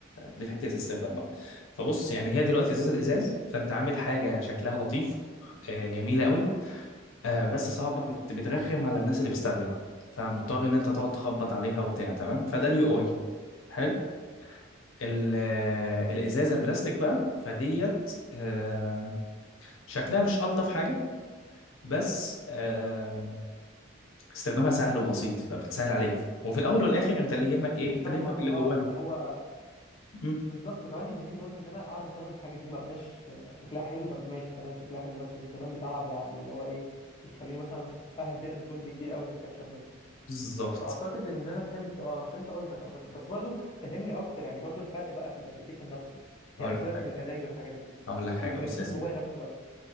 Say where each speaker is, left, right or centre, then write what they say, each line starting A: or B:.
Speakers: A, on the left; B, on the left.
A: دي في حته الاستخدام بقى فبص يعني هي دلوقتي ازاز الازاز فانت عامل حاجه شكلها لطيف آه جميله قوي آه بس صعبه بت- بترخم على الناس اللي بتستخدمها فمضطر ان انت تقعد تخبط عليها وبتاع تمام فده اليو اي حلو ال- آه، الازازه البلاستيك بقى فديت آه شكلها مش الطف حاجه بس آه، استخدامها سهل وبسيط فبتسهل عليك وفي الاول والاخر انت اللي يهمك ايه انت
B: فاهمك
A: اللي يهمك اللي
B: اه
A: جواه
B: اللي هو
A: مم.
B: بالظبط وكمان يهمني برضو ان انا اعرف استخدم الحاجه دي ما بقاش آه، شكلها حلو طب ماشي تمام شكلها حلو بس الاستخدام بتاعها بيع- اللي هو ايه بيخليني مثلا اهدر جزء كبير قوي من الكاتشب مثلا
A: بالظبط
B: فاعتقد ان انا فهمت اه انا فهمت قصدك عامه بس برضو فهمني اكتر يعني برضو الفرق بقى في الابليكيشن نفسه
A: هقول
B: يعني
A: لك
B: سيبك
A: حاجه
B: من الازايز والحاجات دي
A: هقول لك حاجه
B: الابلكيشن
A: بص يا سيدي
B: جواه نفسه بقى